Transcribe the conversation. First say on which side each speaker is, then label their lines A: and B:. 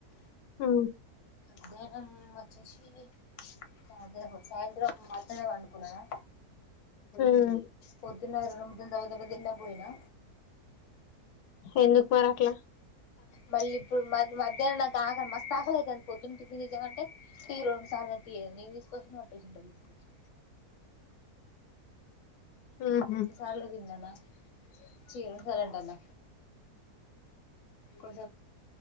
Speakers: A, on the left; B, on the left.
A: ఆ
B: మధ్యాహ్నం వచ్చేసి సా సాయంత్రం మాత్రమ అనుకున్నాను
A: ఉమ్
B: పొద్దున్నరన ము దబ దబ దలా పోయినా
A: ఎందుకు మరట్ల
B: మళ్ళీ ఇప్పుడు మ మధ్యాహ్న నాకు ఆకలి మస్త ఆకలి అవుతుంది పొద్దున్న టిఫిన్ తీచ్చామంటే తీ రెండు సార్లు తీయ నను తీసుకొచ్చి నా పేషెంట్లు తీసుకోవచ్చు
A: ఉహు
B: రెండు సార్లు విన్నానా చీరం స్లంటన్న కొస